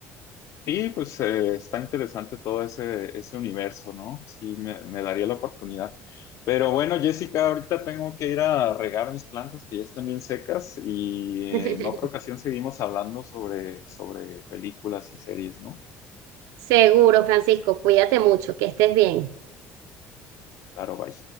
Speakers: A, on the left (about 60°); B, on the right (about 75°).
A: Y pues eh, está interesante todo ese, ese universo, ¿no? Sí, me, me daría la oportunidad. Pero bueno, Jessica, ahorita tengo que ir a regar mis plantas que ya están bien secas y en
B: <laughs>
A: otra ocasión seguimos hablando sobre, sobre películas y series, ¿no?
B: Seguro, Francisco, cuídate mucho, que estés bien.
A: Claro, bye.